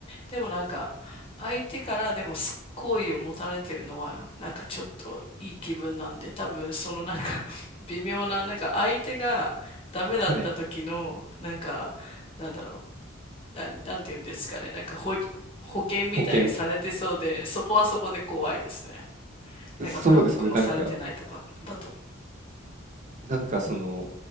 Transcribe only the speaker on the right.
はい。
保険。
そうですね、なんか、
なんかその